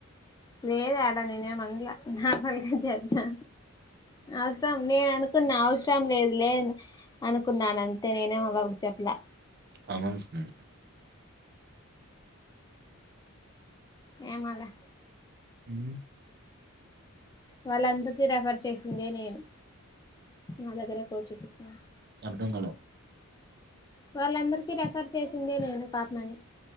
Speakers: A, on the left; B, on the right.
A: లేదాడా నేనే ఏం అన్నలే నార్మల్గా చెప్పా అసాం నేను అను అకున్నా అవసరం లేదు లే అనుకున్నాను అంతే నేనే ఆ పాప కి చెప్పలా
B: అనుమానిస్తోంది
A: ఏమాలే
B: ఉమ్మ్
A: వాళ్ళందకీ రెఫర్ చేసిందే నేను మా దగర కోచుపిస్తున్న
B: అర్థం కాలే
A: వాళ్ళందరికీ రెఫర్ చేసిందే నేను పాపమని